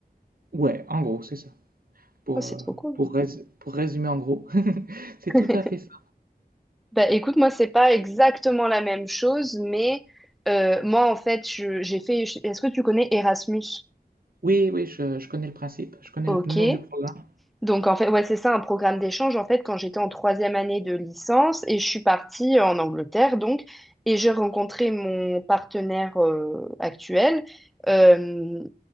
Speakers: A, on the right; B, in the centre.
A: Ouais, en gros, c'est ça. pour,
B: Ah, c'est
A: euh,
B: trop cool.
A: pour, rés- pour résumer en gros. <laughs> C'est
B: <laughs>
A: tout à fait ça.
B: Bah, écoute, moi, c'est pas exactement la même chose, mais euh, moi, en fait, je- j'ai fait. je- Est-ce que tu connais Erasmus?
A: Oui, oui, je, je connais le principe, je connais
B: Ok.
A: le nom du programme.
B: Donc, en fait, ouais, c'est ça, un programme d'échange, en fait, quand j'étais en troisième année de licence et je suis partie euh, en Angleterre, donc, et j'ai rencontré mon partenaire euh, actuel euh,